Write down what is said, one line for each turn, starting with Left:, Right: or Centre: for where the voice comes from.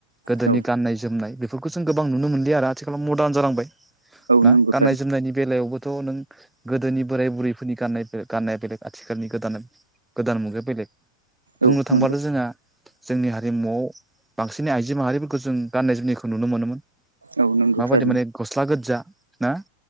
Centre: गोदोनि
Right: औ
Centre: गाननाय जोमनाय बेफोरखौ जों गोबां नुनो मोनलिया आरो। थिखालाव मरदार जालांबाय
Right: औ
Centre: ना
Right: नंगौ
Centre: गाननाय
Right: थारैनो
Centre: जोमनायनि बेलायावबोथ' नों गोदोनि बोराय बुरैफोरनि गाननाय गाननाया बेलेग आथिखालनि गोदान गोदान मुगाया बेलेक बुंनो
Right: औ
Centre: थांबानो
Right: नंगौ
Centre: जोंहा जोंनि हारिमुआव बांसिनै आइजो माहारिफोरखौ जों गाननाय जोमनायखौ नुनो मोनोमोन
Right: औ नंगौ
Centre: माबायदि
Right: थारैनो
Centre: माने गस्ला गोजा ना।